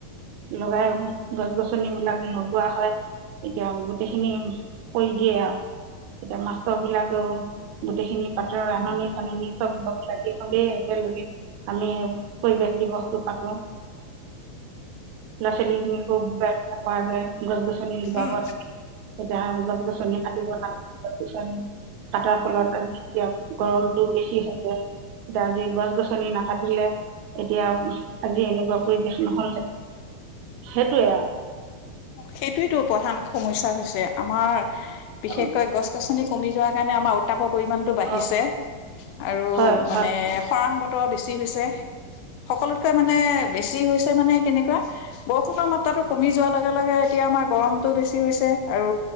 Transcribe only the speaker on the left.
উম
সেইটোৱো প্ৰধান সমস্যা হৈছে আমাৰ বিশেষকৈ
গছ গছ কমি যোৱাৰ কাৰণে আমাৰ উট্টাপৰ পৰিমাণ বাঁহী
গৈছে পৰিমাণটো বাঢি আৰু
মানে
খৰং বতৰ বেছি হৈছে সকলোতকৈ মানে বেছি হৈছে মানে কেনেকুৱা বৰষুণৰ মাত্ৰাটো কমি যোৱাৰ লগে লগে এতিয়া আমাৰ গৰমতটো বেছি হৈছে আৰু